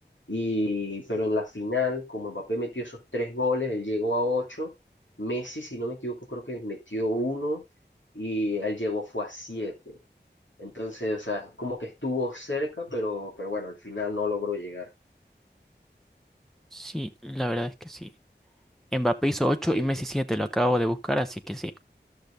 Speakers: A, on the left (about 85°); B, in the centre.
A: Y, pero en la final, como Mbappé metió esos tres goles, él llegó a ocho. Messi, si no me equivoco, creo que metió uno y él llegó fue a siete. Entonces, o sea, como que estuvo cerca, pero, pero bueno, al final no logró llegar.
B: sí, la verdad es que sí. Mbappé hizo ocho
A: Sí,
B: y Messi
A: sí.
B: siete lo acabo de buscar, así que sí.